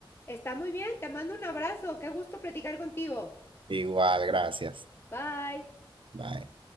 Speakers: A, on the left; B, on the right.
A: Está muy bien, te mando un abrazo, qué gusto platicar contigo.
B: Igual, gracias.
A: Bye.
B: Bye.